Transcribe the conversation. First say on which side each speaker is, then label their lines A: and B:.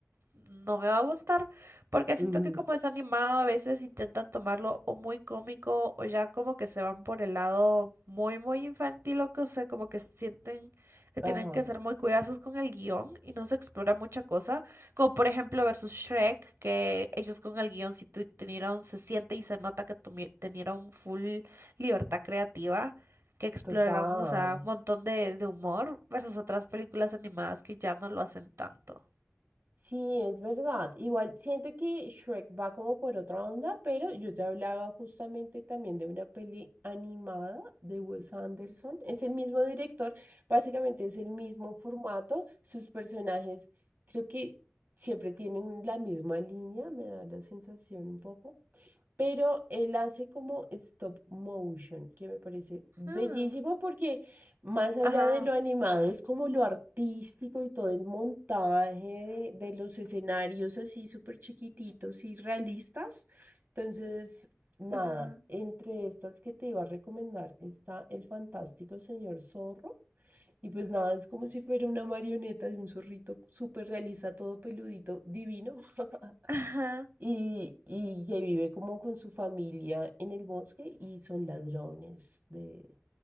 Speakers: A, on the right; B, on the right.
A: no me va a gustar, porque
B: ujú.
A: siento que como es animado, a veces intentan tomarlo o muy cómico o ya como que se van por el lado muy, muy infantil o que, o sea, como que sienten que
B: Ajá,
A: tienen que ser muy cuidadosos con el guión y no se explora mucha cosa, como por ejemplo versus Shrek, que ellos con el guión sí tu- tenieron, se siente y se nota que tumi- tenieron full libertad creativa. que exploraron,
B: total.
A: o sea, un montón de, de humor versus otras películas animadas que ya no lo hacen tanto.
B: Sí, es verdad. Igual siento que Shrek va como por otra onda, pero yo te hablaba justamente también de una peli animada de Wes Anderson. Es el mismo director, básicamente es el mismo formato. Sus personajes creo que siempre tienen la misma línea, me da la sensación un poco. Pero él hace como stop motion, que me parece bellísimo
A: Ah,
B: porque más allá
A: ajá,
B: de lo animado, es como lo artístico y todo el montaje de, de los escenarios así súper chiquititos y realistas. Entonces, nada,
A: ajá,
B: entre estas que te iba a recomendar está El Fantástico Señor Zorro. Y pues nada, es como si fuera una marioneta de un zorrito súper realista, todo peludito, divino. <laughs>
A: ajá,
B: y, y que vive como con su familia en el bosque y son ladrones de,